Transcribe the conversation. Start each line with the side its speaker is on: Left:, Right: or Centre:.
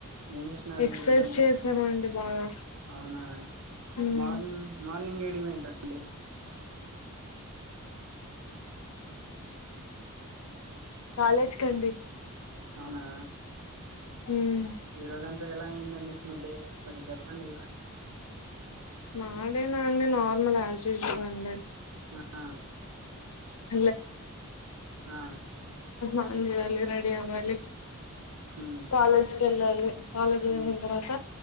Right: ఏం చేసినారు
Left: ఎక్సర్సైజ్
Right: ఈరోజంతా
Left: చేసామండి బాగా
Right: అవునా
Left: హ్మ్
Right: మార్నింగ్ మార్నింగ్ ఏ <unintelligible>
Left: కాలేజ్ కండి
Right: అవునా
Left: హ్మ్
Right: ఈ రోజంతా ఎలా అయిందండి మీ డే మీరు చెప్పండి
Left: నా డేనా అండి నార్మల్ యాజ్యూజువల్ అండి
Right: ఆ
Left: <unintelligible> <unintelligible>
Right: ఆ
Left: అండి ఎల్లి రెడీ అవ్వాలి
Right: ఉమ్
Left: కాలేజ్ కెల్లాలి హ్మ్ కాలేజ్
Right: ఉమ్
Left: అయిన తర్వాత